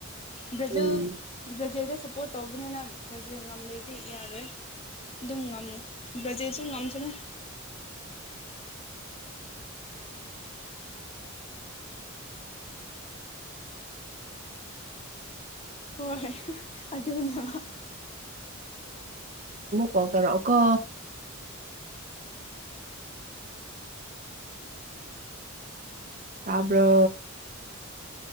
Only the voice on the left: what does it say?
ꯕ꯭ꯔꯥꯖꯤꯜ
ꯕ꯭ꯔꯥꯖꯤꯜꯗ ꯁꯞꯄꯣꯔꯠ ꯇꯧꯕꯅꯤꯅ ꯕ꯭ꯔꯥꯖꯤꯜ ꯉꯝꯗ꯭ꯔꯗꯤ ꯌꯥꯔꯣꯏ ꯑꯗꯨꯝ ꯉꯝꯃꯨ ꯕ꯭ꯔꯥꯖꯤꯜꯁꯨ ꯉꯝꯁꯤꯅ ꯍꯣꯏ ꯍꯣꯏ ꯑꯗꯨꯕꯨꯅꯦꯕ